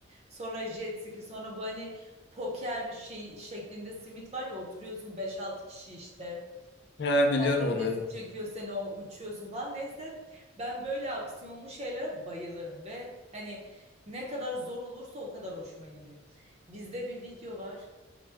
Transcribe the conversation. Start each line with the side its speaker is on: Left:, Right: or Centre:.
Right: Sonra jet ski. Sonra bu hani poker şey şeklinde simit var ya oturuyorsun beş altı kişi işte.
Left: Ha biliyorum
Right: teknesi
Left: onu evet.
Right: çekiyor seni o uçuyorsun falan. Neyse ben böyle aksiyonlu şeylere bayılırım ve hani ne kadar zor olursa o kadar hoşuma gidiyor. Bizde bir video var.